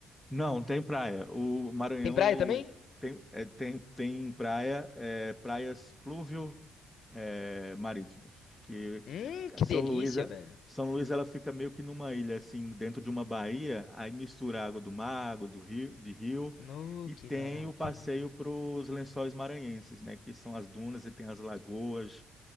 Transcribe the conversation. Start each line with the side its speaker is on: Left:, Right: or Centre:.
Centre: Não, tem praia. O Maranhão,
Left: Tem praia
Centre: ele
Left: também?
Centre: tem, é, tem, tem praia, é, praias pluvio, é, marítimas, que
Left: Hum,
Centre: a
Left: que
Centre: São
Left: delícia,
Centre: Luís, é,
Left: velho.
Centre: São Luís ela fica meio que numa ilha assim, dentro de uma baía, aí mistura a água do mar, água do rio, de rio,
Left: No,
Centre: e
Left: que
Centre: tem
Left: maravilha.
Centre: o passeio para os Lençóis Maranhenses, né, que são as dunas e tem as lagoas